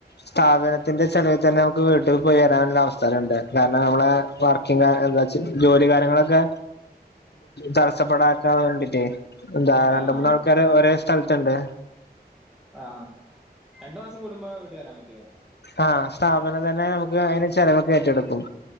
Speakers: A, on the left; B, in the centre.
A: സ്ഥാപനത്തിന്റെ ചെലവിൽ തന്നെ നമുക്ക് വീട്ടിൽ പോയി വരാനുള്ള അവസരമുണ്ട് കാരണം നമ്മളെ വർ എന്താ ജോലി കാര്യങ്ങളൊക്കെ തടസ്സപ്പെടാക്കാവേണ്ടി എന്താ
B: ആഹ്
A: രണ്ട് മൂന്നാൾക്കാര് ഒരേ സ്ഥലത്തുണ്ട്
B: ആഹ് രണ്ടു മാസം കൂടുമ്പോ വീട്ട് വരാൻ പറ്റുവോ
A: ആഹ് സ്ഥാപനം തന്നെ നമുക്ക് അതിന് ചെിലവൊക്ക ഏറ്റെടുക്കും